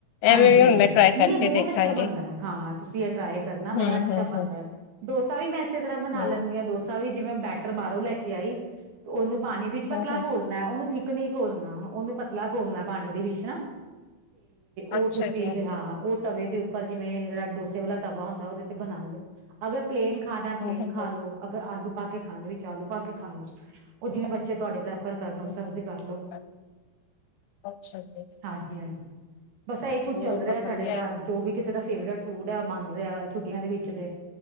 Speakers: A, on the right; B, on the left.
A: ਹਾਂਜੀ
B: ਐਵੇਂ ਵੀ ਹੁਣ
A: ਹਾਂਜੀ
B: ਮੈਂ ਟਰਾਈ ਕਰਕੇ
A: ਨਹੀਂ ਇਹ ਬਹੁਤ
B: ਦੇਖਾਂਗੇ
A: ਅੱਛਾ ਬਣ ਰਹਾ ਹੈ ਹਾਂ ਤੁਸੀਂ ਇਹ ਟਰਾਈ ਕਰਨਾ ਬੜਾ
B: ਹੂੰ
A: ਅੱਛਾ
B: ਹੂੰ ਹੂੰ
A: ਬਣਦੈ। ਡੋਸਾ ਵੀ ਮੈਂ ਇਸੇ ਤਰ੍ਹਾਂ ਬਣਾ
B: ਹੂੰ
A: ਲੈਂਨੀਂ ਆ, ਡੋਸਾ ਵੀ ਜਿਵੇਂ ਬੈਟਰ ਬਾਹਰੋਂ ਲੈ ਕੇ ਆਈ। ਉਹਨੂੰ ਪਾਣੀ ਦੇ ਵਿੱਚ ਪਤਲਾ
B: ਹਾਂ ਹਾਂ
A: ਘੋਲਣਾ ਉਹਨੂੰ ਠੀਕ। <unintelligible> ਕ ਨੀ ਘੋਲਣਾ, ਉਹਨੂੰ ਪਤਲਾ ਘੋਲਣਾ ਪਾਣੀ ਦੇ ਵਿੱਚ ਨਾ। ਉਹ
B: ਅੱਛਾ
A: ਤੁਸੀਂ
B: ਜੀ
A: ਵੇ ਹਾਂ ਉਹ। ਤਵੇ ਦੇ ਉੱਪਰ ਜਿਵੇਂ ਜਿਹੜਾ ਡੋਸੇ ਵਾਲਾ ਤਵਾ ਹੁੰਦਾ ਉਹਦੇ ਤੇ ਬਣਾ ਲਓ, ਅਗਰ। ਪਲੇਨ ਖਾਦਾ, ਪਲੇਨ
B: ਹਾਂ ਹਾਂ ਹਾਂ,
A: ਖਾ ਲੋ ਅਗਰ ਆਲੂ। ਪਾ ਕੇ ਖਾਣ ਵਿੱਚ ਆਲੂ ਪਾ ਕੇ ਖਾਣ ਵਿੱਚ, ਉਹ ਜਿਵੇਂ ਬੱਚੇ ਤੁਹਾਡੇ ਫੇਰ ਕਰਲੋ <unintelligible>
B: ਹਾਂ।
A: ਸਬਜ਼ੀ ਕਰ ਲਓ,
B: ਅੱਛਾ ਜੀ
A: ਹਾਂਜੀ ਹਾਂਜੀ। ਬਸ ਇਹੀ ਕੁੱਝ
B: ਉਹ
A: ਚੱਲ ਰਿਹਾ
B: ਤਾਂ ਵਧੀਆ
A: ਸਾਡੇ ਘਰ,
B: ਹੈ
A: ਜੋ ਵੀ ਕਿਸੇ ਦਾ ਫੇਵਰੇਟ ਫੂਡ ਹੈ, ਬਣ ਰਿਹਾ ਵ ਛੁੱਟੀਆਂ ਦੇ ਵਿੱਚ ਤੇ।